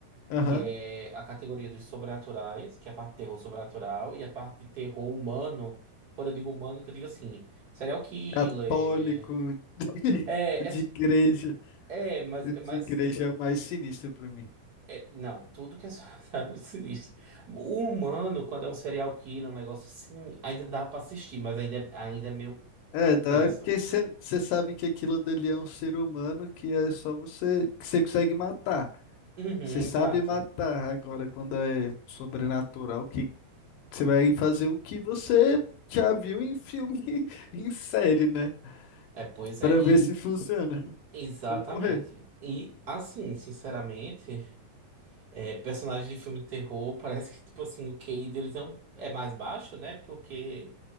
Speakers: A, on the left (about 80°); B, on the right (about 55°).
A: Aham.
B: Que é a categoria dos sobrenaturais, que é a parte de terror sobrenatural, e a parte de terror humano. Quando eu digo humano, que eu digo assim, serial killer.
A: Católico <laughs> de,
B: É,
A: de
B: é,
A: igreja.
B: é, mas,
A: De
B: mas
A: igreja é o mais sinistro pra mim.
B: é, não, tudo que é so- <laughs> sabe, sinistro. O humano, quando é um serial killer, um negócio assim, ainda dá pra assistir, mas ainda, é, ainda é meio
A: É, dá
B: tenso.
A: porque você sabe que aquilo dali é um ser humano que é só você que você consegue matar.
B: Uhum,
A: Você sabe
B: exato.
A: matar agora quando é sobrenatural, que Você vai fazer o que você já viu em filme, <laughs> em série, né?
B: É, pois
A: Pra
B: é. E,
A: ver se funciona.
B: Exatamente.
A: Ou correr.
B: E assim, sinceramente, é, personagens de filme de terror parece que, tipo assim, o QI deles é, um- é mais baixo, né? Porque